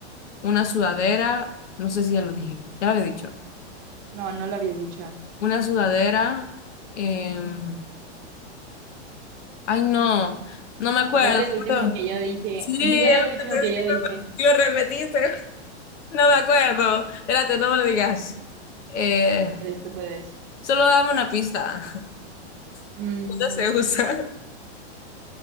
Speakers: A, on the left (about 80°); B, on the right (about 30°).
A: una sudadera, no sé si ya lo dije, ya lo había dicho,
B: No, no lo habías dicho.
A: una sudadera, eh, ay no, no me acuerdo,
B: Te falta el último
A: pero-
B: que yo dije.
A: sí,
B: <laughs>
A: es
B: Ya era
A: lo
B: el
A: que
B: último
A: te
B: que yo
A: digo,
B: dije.
A: lo repetiste, <laughs> no me acuerdo, espérate, no me lo digas, Eh,
B: Tú puedes, tú puedes.
A: solo dame una pista, <laughs>
B: Mm,
A: ¿dónde se usa? <laughs>